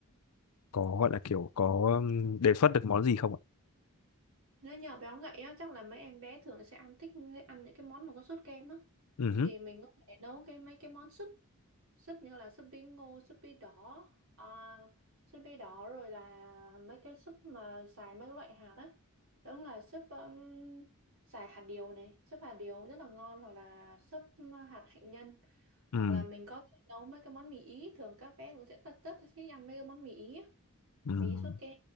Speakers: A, on the left; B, on the right.
A: có gọi là kiểu có ừm, đề xuất được món gì không ạ
B: nếu nhỏ béo ngậy á chắc là mấy em bé thường sẽ ăn thích ăn những cái món mà có sốt kem á
A: ừ hứ,
B: thì mình có thể nấu cái mấy cái món súp súp như là súp bí ngô súp bí đỏ uh, súp bí đỏ rồi là mấy cái súp mà xài mấy loại hạt á đúng là súp um, xài hạt điều này súp hạt điều rất là ngon hoặc là súp hạt hạnh nhân
A: ừm,
B: hoặc là mình có thể nấu mấy cái món mì ý thường các bé cũng sẽ rất rất thích ăn mấy cái món mì ý á.
A: ừm.
B: mì ý sốt kem